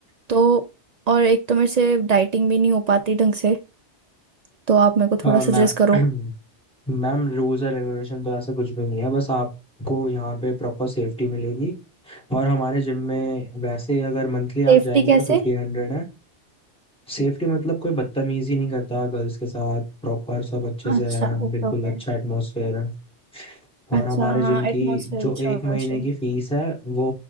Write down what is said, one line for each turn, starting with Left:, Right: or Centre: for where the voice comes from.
Right: तो और एक तो मेरे से डाइटिंग भी नहीं हो पाती ढंग से तो आप मेरे को
Centre: आ,
Right: थोड़ा
Centre: मैं
Right: सजेस्ट करो
Centre: <clears throat> मैम रूल्स एंड रेगुलेशन तो ऐसा कुछ भी नहीं है बस आपको यहाँ पे प्रॉपर सेफ्टी मिलेगी और हमारे जिम में वैसे अगर मंथली
Right: सेफ्टी
Centre: आप जाएंगे
Right: कैसे
Centre: तो फिफ्टीन हंड्रेड है सेफ्टी मतलब कोई बदतमीजी नहीं करता गर्ल्स के साथ प्रॉपर सब अच्छे
Right: अच्छा
Centre: से है
Right: ओके
Centre: बिल्कुल
Right: ओके
Centre: अच्छा एटमोसफेयर है और
Right: अच्छा
Centre: हमारे जिम
Right: हाँ
Centre: की
Right: एटमोसफेयर
Centre: जो
Right: अच्छा
Centre: एक
Right: होना
Centre: महीने
Right: चाहिए
Centre: की फीस है वो